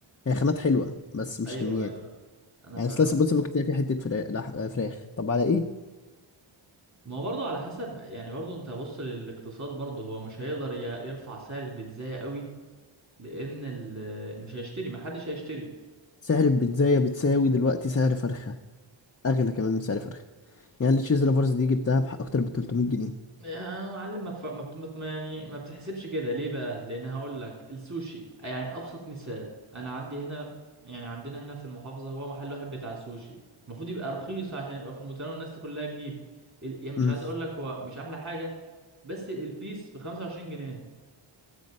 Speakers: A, on the left (about 30°); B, on the right (about 35°).
A: هي خامات حلوة بس مش
B: ايوه
A: كميات
B: ايوه انا
A: يعني
B: فاهم
A: سلايس البيتزا ممكن تلاقي فيه حتة فرا- لح- فراخ طب على ايه؟
B: ما هو برضه على حسب يعني برضه انت بص للاقتصاد برضه هو مش هيقدر ي- يرفع سعر البيتزا قوي لان ال- مش هيشتري ما حدش هيشتري
A: سعر البيتزاية بتساوي دلوقتي سعر فرخة أغلى كمان من سعر فرخة يعني التشيز لافرز دي جبتها بح- أكتر ب 300 جنيه
B: يا معلم ما تف... ما بت... ما بت- يعني ما بتحسبش كده ليه بقى لان هقول لك السوشي يعني ابسط مثال انا عندي هنا يعني عندنا هنا في المحافظه هو محل واحد بتاع سوشي المفروض يبقى رخيص عشان يبقى في المتناول والناس كلها تجيب ال- يعني مش
A: مم.
B: عايز اقول لك هو مش احلى حاجه بس البيس ب 25 جنيه